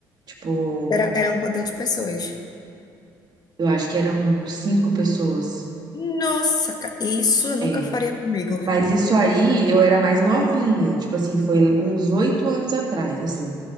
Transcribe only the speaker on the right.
Tipo,
eu acho que eram cinco pessoas.
É.
Mas isso aí, eu era mais novinha. Tipo assim, foi uns oito anos atrás, assim.